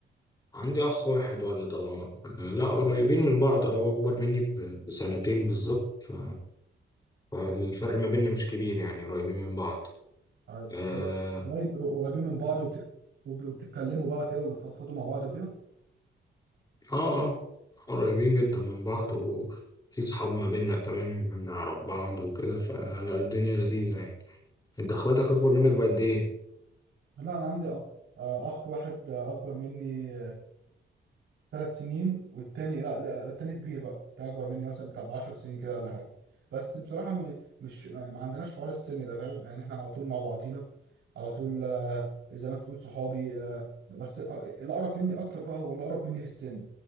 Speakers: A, on the left; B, on the right.
A: عندي أخ واحد ولد أه لا قريبين من بعض أه أكبر مني ب- بسنتين بالظبط ف... فالفرق ما بيننا مش كبير يعني قريبين من بعض
B: آه،
A: أه
B: قريب قريبين من بعض وبتك... وب- وبتتكلموا بقى كده وبتفضفضوا مع بعض وكده
A: أه آه، قريبين جدا من بعض وفي صحاب ما بيننا كمان نعرف بعض وكده فالدنيا لذيذة يعني أنت إخواتك أكبر منك بقد إيه؟
B: لا انا عندي أ- آه، اخ واحد آه، اكبر مني ثلاث سنين والتاني لا ده- التاني كبير بقى ده اكبر مني مثلا بتاع 10 سنين كده ولا حاجه بس بصراحه م- مش ما عندناش حوار السن ده فاهم يعني احنا على طول مع بعضينا على طول آه، زي ما انت بتقول صحابي آه، بس الأ- الاقرب مني اكتر بقى هو الاقرب مني في السن